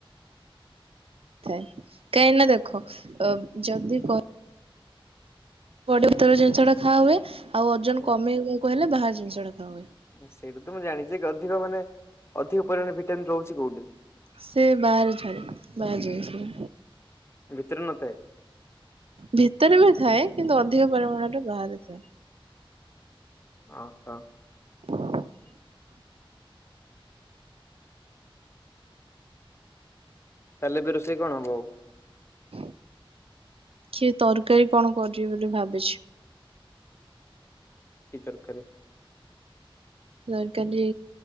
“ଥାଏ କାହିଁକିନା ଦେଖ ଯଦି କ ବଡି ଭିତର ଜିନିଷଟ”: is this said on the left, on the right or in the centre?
Right